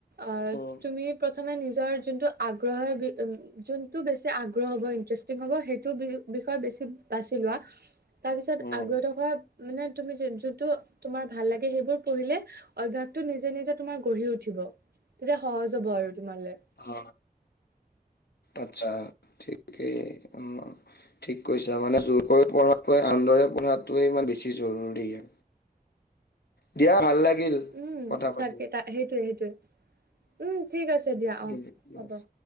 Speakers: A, on the right (about 75°); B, on the left (about 80°).
A: আহ
B: উম
A: তুমি প্ৰথমে নিজৰ যোনটো আগ্ৰহ যোনটো বেছি আগ্ৰহ হ'ব ইণ্টৰেষ্ট ঠিক হ'ব সেইটো বি -বিষয় বেছি বাছি লোৱা।
B: <inaudible>
A: তাৰপিছত
B: উম
A: আগ্ৰহ থকা মানে তুমি যে যোনটো তোমাৰ ভাল লাগে সেইবোৰ পঢ়িলে অভ্যাসটো নিজে -নিজে তোমাৰ গঢ়ি উঠিব তেতিয়া সহজ হ'ব আৰু তোমালে।
B: অ আচ্ছা ঠিকেই অ। ঠিক কৈছা মানে জোৰকৈ পঢ়াটোৱে আনন্দৰে পঢ়াটোৱে ইমান বেছি জৰুৰীহে। দিয়া ভাল লাগিল।
A: উম,
B: কথা পাতি
A: চাকে তা সেইটোৱে সেইটোৱে উম ঠিক আছে দিয়া
B: ঠিক
A: অ হ'ব।
B: আছে।